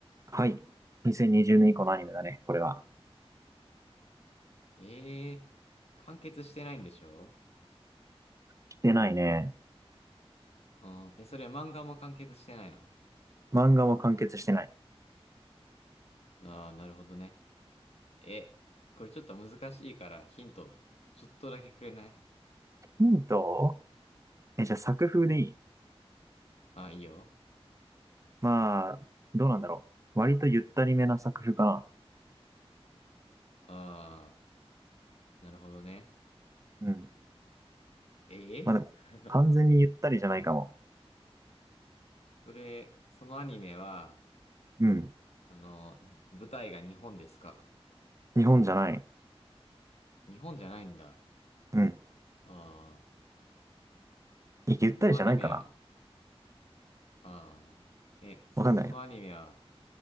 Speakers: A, on the right; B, on the left.
A: はい。2020年以降のアニメだね、
B: うん。
A: これは。
B: ええ完結してないんでしょ
A: してないね。
B: うん。え、それは漫画も完結してないの
A: 漫画も完結してない。
B: ああー、なるほどね。え、これちょっと難しいからヒント、ちょっとだけくれない
A: ヒントえ、じゃあ作風でいい
B: ああー、いいよ。
A: まあ、どうなんだろう。割とゆったりめな作風かな。
B: ああ、なるほどね。
A: うん。
B: ええ
A: まあでも、
B: <laughs>
A: 完全にゆったりじゃないかも。
B: それ、そのアニメは、
A: うん。
B: あの、舞台が日本ですか
A: 日本じゃない。
B: 日本じゃないんだ。
A: うん。
B: ああ、
A: いゆったりじゃないかな。
B: そのアニメは、ああ。え、そのアニメは、
A: わかんない。